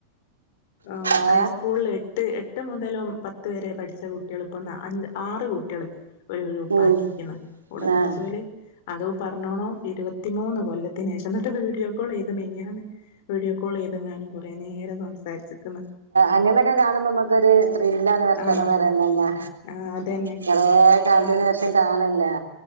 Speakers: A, on the left; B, on the right.
A: ആഹ്
B: ഏഹ്
A: ഹൈസ്കൂൾല് എട്ട് എട്ട് മുതലും പത്ത് വരെ പഠിച്ച കുട്ടിയള്പ്പൊ നാ ആറ് കുട്ടിയള് ഒരു ഗ്രൂപ്പാക്കീക്ക്ന്ന്
B: ഉം
A: കൂടെ പഠിച്ചോല്
B: ആഹ്
A: അതു പർഞ്ഞോണം ഇരുപത്തിമൂന്ന് കൊല്ലത്തിനേഷം ഇന്നട്ട് വീഡിയോ കോളയ്ത് മിനിയാന്ന് വീഡിയോ കോള്യ്ത്ങ്ങാനും കുറേ നേരം സംസാരിച്ച്ക്ക്ന്ന്
B: അങ്ങനെക്കെ കാണുമ്പമ്മക്കൊര് ത്രില്ലാണ് വർത്താനം
A: ആഹ്
B: പറയാതന്നെ
A: ആഹ് അതന്നെ
B: കൊറേ കാലത്തിന്
A: പിന്നെ
B: ശേഷം കാണ്ല്ലാ